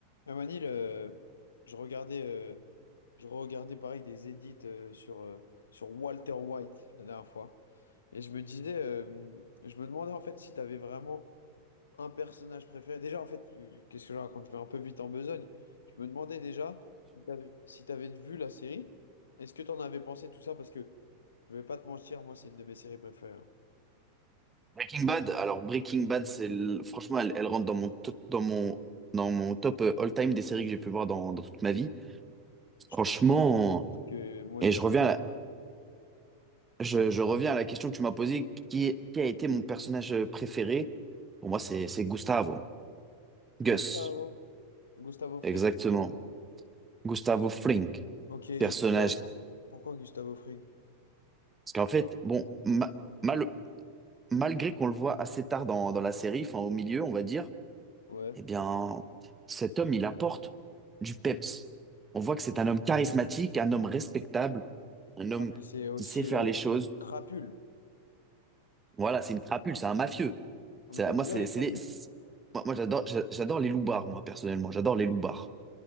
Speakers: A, on the left; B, on the right.
A: Même à Manil, euh, je regardais, euh, je regardais pareil des edits euh, sur, euh, sur Walter White la dernière fois. Et je me disais, euh, je me demandais en fait si tu avais vraiment un personnage préféré. Déjà, en fait, euh, qu'est-ce que je raconte? Je vais un peu vite en besogne. Je me demandais déjà si t'avais, si t'avais vu la série. Est-ce que t'en avais pensé tout ça? Parce que je vais pas te mentir, moi, c'est une de mes séries préférées. hein.
B: Breaking Bad, alors Breaking Bad, c'est le- franchement, elle, elle rentre dans mon top, dans mon, dans mon top euh, all-time des séries que j'ai pu voir dans, dans toute ma vie.
A: Je
B: Franchement,
A: pense que, je pense que moi
B: et
A: également.
B: je reviens à la, je, je reviens à la question que tu m'as posée, qui, est- qui a été mon personnage euh, préféré? Pour moi, c'est, c'est Gustavo. Gus,
A: Gustavo, Gustavo Fring.
B: exactement. Gustavo Fring.
A: Ok, et
B: Personnage.
A: pourquoi, pour- pourquoi Gustavo Fring?
B: Parce qu'en fait, bon, ma- mal- malgré qu'on le voit assez tard dans, dans la série, enfin au milieu, on va dire.
A: Ouais.
B: Eh bien, cet homme, il apporte du peps. On voit que c'est un homme charismatique, un homme respectable, un homme
A: Ouais, mais c'est aussi
B: qui sait faire
A: euh,
B: les choses.
A: crapule.
B: Voilà, c'est une crapule, c'est un mafieux.
A: Oh,
B: C'est-
A: mais t'aimes
B: Moi,
A: bien
B: c'est,
A: les
B: c'est
A: crapules?
B: les- c'est- moi, moi, j'adore, j'a- j'adore les loupards, moi, personnellement. J'adore
A: Ok,
B: les loupards.
A: ok.